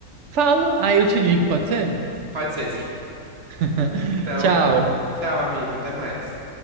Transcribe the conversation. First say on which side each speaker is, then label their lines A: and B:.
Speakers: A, on the right; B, on the right.
A: Falo, aí eu te ligo, pode ser?
B: Pode ser, sim.
A: <laughs>
B: Então,
A: Tchau.
B: tchau, amigo, até mais.